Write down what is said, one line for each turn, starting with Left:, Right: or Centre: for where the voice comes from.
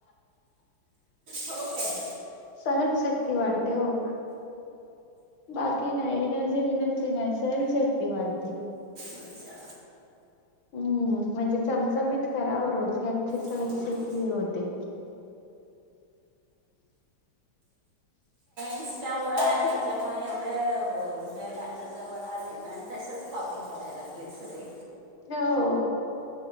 Right: हो काय
Left: सहनशक्ती वाढते हो. बाकी नाही एनर्जी विनर्जी नाही, सहनशक्ती वाढते.
Right: अच्छा
Left: हम्म! म्हणजे चमचमीत करावं रोज ह्यांनची सहनशक्ती
Right: हां
Left: हे होते.
Right: इस्टामुळे आणि हच्यामुळे एवढं ज डाटाजवळ आलंय ना आणि तसच कॉपी करायला लागलेत सगळे
Left: हो.